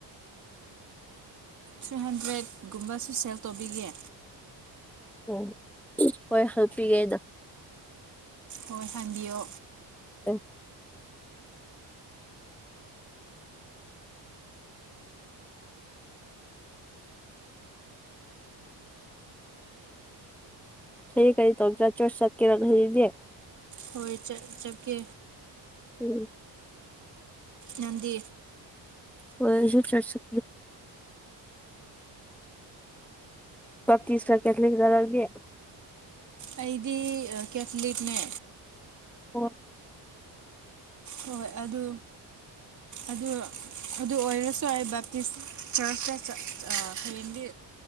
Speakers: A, on the right; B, in the centre.
A: ꯊ꯭ꯔꯤ ꯍꯟꯗ꯭ꯔꯦꯠꯀꯨꯝꯕꯕꯁꯤ ꯁꯦꯜ ꯇꯧꯕꯤꯒꯦ
B: ꯑꯣ ꯍꯣꯏ ꯍꯜꯄꯤꯒꯦꯗ
A: ꯍꯣꯏ ꯍꯥꯡꯕꯤꯌꯣ
B: ꯎ ꯀꯩ ꯀꯔꯤ ꯇ ꯆ꯭ꯔ ꯆꯆ ꯆꯠꯀꯤꯔ ꯅꯗꯦ
A: ꯍꯣꯏ ꯆꯠꯀꯦ
B: ꯎꯝ
A: ꯅꯪꯗꯤ
B: ꯍꯣꯏꯁꯨ ꯆꯠ ꯆꯦ ꯁ ꯆꯖ ꯀ ꯀꯦꯊꯂꯤ ꯔꯔꯗꯤ
A: ꯑꯩꯗꯤ ꯀꯦꯊꯂꯤꯛꯅꯦ
B: ꯑꯣ
A: ꯍꯣꯏ ꯑꯗꯨ ꯑꯗꯨ ꯑꯗꯨ ꯑꯣꯏꯔꯁꯨ ꯑꯩ ꯕꯦꯞꯇꯤꯁ ꯆꯔꯆꯇ ꯍꯌꯦꯡꯗꯤ